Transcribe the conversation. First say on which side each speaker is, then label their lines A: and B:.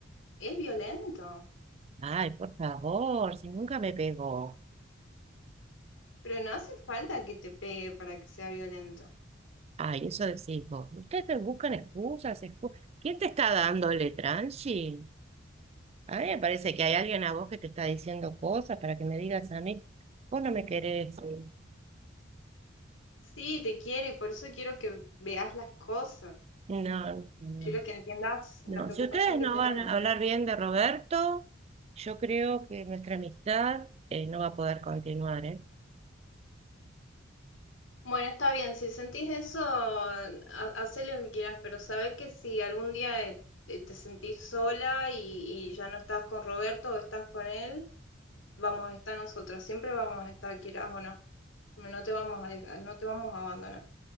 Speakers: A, on the left; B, on the right.
A: es violento,
B: Ay, por favor, si nunca me pegó.
A: pero no hace falta que te pegue para que sea violento.
B: Ay, eso decís vos. Ustedes te buscan excusas, excu- ¿Quién te está dándole tranchi? A mí me parece que hay alguien a vos que te está diciendo cosas para que me digas a mí, vos no me querés. No,
A: Sí, te quiere, por eso quiero que veas las cosas.
B: no, no.
A: Quiero que entiendas la
B: No,
A: preocupación
B: si ustedes
A: que
B: no
A: tenemos.
B: van a hablar bien de Roberto, yo creo que nuestra amistad eh, no va a poder continuar, ¿eh?
A: Bueno, está bien, si sentís eso, ha- hacé lo que quieras, pero sabé que si algún día eh, te te sentís sola y, y ya no estás con Roberto o estás con él, vamos a estar nosotras, siempre vamos a estar, quieras o no. No no te vamos a dejar, no te vamos a abandonar.